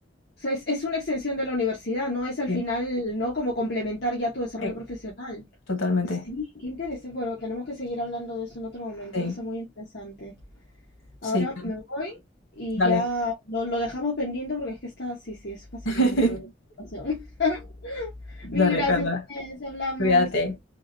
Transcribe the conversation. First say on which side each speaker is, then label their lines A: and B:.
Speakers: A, on the left; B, on the left.
A: O sea, es, es una extensión de la universidad, ¿no? Es al
B: Sí,
A: final, ¿no? Como complementar ya tu desarrollo
B: sí,
A: profesional.
B: totalmente.
A: Sí, qué interesante. Bueno, tenemos que seguir hablando de eso en otro momento,
B: Sí,
A: que está muy interesante. Ahora
B: sí.
A: me voy y
B: Dale.
A: ya lo, lo dejamos pendiente porque es que está, sí, sí, es fascinante
B: <laughs>
A: lo de la educación. <laughs> Mil
B: Dale,
A: gracias,
B: Carla.
A: Inés, hablamos.
B: Cuídate.